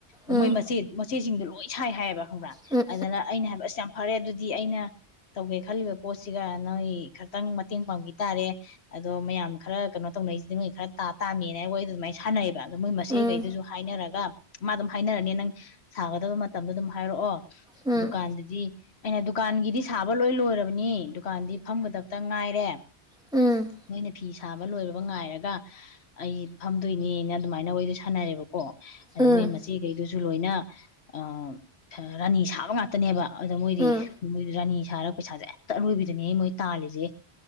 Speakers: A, on the left (about 70°); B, in the centre.
A: ꯑ
B: ꯎꯝ
A: ꯃꯣꯏ ꯃꯆꯦ ꯃꯆꯦꯁꯤꯡꯗꯨ ꯂꯣꯏ ꯁꯥꯏ ꯍꯥꯏꯌꯦꯕ ꯈꯪꯕ꯭ꯔꯥ
B: ꯎꯝ
A: ꯑꯗꯨꯅ ꯑꯩꯅ ꯍꯥꯏꯕ ꯑꯁ ꯌꯥꯝ ꯐꯔꯦ ꯑꯗꯨ ꯗꯤ ꯑꯩꯅ ꯇꯧꯒꯦ ꯈꯜꯂꯤꯕ ꯄꯣꯠꯁꯤꯒ ꯅꯣꯏ ꯈꯇꯪ ꯃꯇꯦꯡ ꯄꯥꯡꯕꯤ ꯇꯥꯔꯦ ꯑꯗꯣ ꯃꯌꯥꯝ ꯈꯔ ꯀꯩꯅꯣ ꯇꯧꯅꯩꯁꯤꯗꯩ ꯅꯣꯏ ꯈꯔ ꯇꯥ ꯇꯥꯃꯤꯅ ꯑꯩꯅ ꯋꯥꯔꯤꯗꫭ ꯑꯗꯨꯃꯥꯏꯅ ꯁꯥꯟꯅꯩ ꯕ ꯑꯗꯨ ꯃꯣꯏ ꯃꯆꯦ
B: ꯎꯝ
A: ꯒꯩꯗꯨꯁꯨ
B: ꯎꯝ
A: ꯍꯥꯏꯅꯔꯒ ꯃꯥ ꯑꯗꯨꯝ ꯍꯥꯏꯅꯔꯅꯦ ꯅꯪ ꯁꯥꯒꯗꯕ ꯃ ꯃꯇꯝꯗ ꯑꯗꯨꯝ ꯍꯥꯏꯔꯛꯑꯣ
B: ꯎꯝ
A: ꯗꯨꯀꯥꯟꯗꯨꯗꯤ ꯑꯩꯅ ꯗꯨꯀꯥꯟꯒꯤꯗꯤ ꯁꯥꯕ ꯂꯣꯏ ꯂꯣꯏꯔꯕꯅꯤ ꯗꯨꯀꯥꯟꯗꯤ ꯐꯝꯒꯗꯕꯇ ꯉꯥꯏꯔꯦ
B: ꯎꯝ
A: ꯅꯣꯏꯅ ꯐꯤ ꯁꯥꯕ ꯂꯣꯏꯔꯕ ꯉꯥꯏꯔꯒ ꯑꯩ ꯐꯝꯗꯣꯏꯅꯦꯅ ꯑꯗꯨꯃꯥꯏꯅ ꯋꯥꯔꯤꯗꯨ ꯁꯥꯟꯅꯔꯦꯕꯀꯣ ꯑꯗ
B: ꯎꯝ ꯎꯝ
A: ꯃꯣꯏ ꯃꯆꯤꯒꯩꯗꯨꯁꯨ ꯂꯣꯏꯅ ꯑ <unintelligible> ꯔꯥꯅꯤ ꯁꯥꯕ ꯉꯥꯛꯇꯅꯦꯕ ꯑꯗ ꯃꯣꯏꯗꯤ
B: ꯎꯝ
A: ꯃꯣꯏ ꯔꯥꯅꯤ ꯁꯥꯔꯒ ꯄꯩꯁꯥꯁꯦ ꯍꯦꯛꯇ ꯑꯔꯣꯏꯕꯤꯗꯅꯦ ꯃꯣꯏ ꯇꯥꯜꯂꯤꯁꯦ